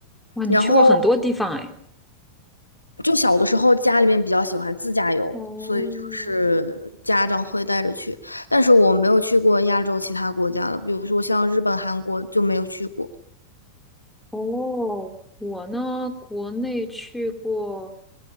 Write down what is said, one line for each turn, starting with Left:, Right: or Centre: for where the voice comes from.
Centre: 哇，你去过很多地方哎。
Left: 然后就小的时候家里面比较喜欢自驾游，
Centre: 哦，
Left: 所以就是家长会带着去，但是我没有去过亚洲其他国家了，比如说像日本、韩国就没有去过。
Centre: 哦，我呢，国内去过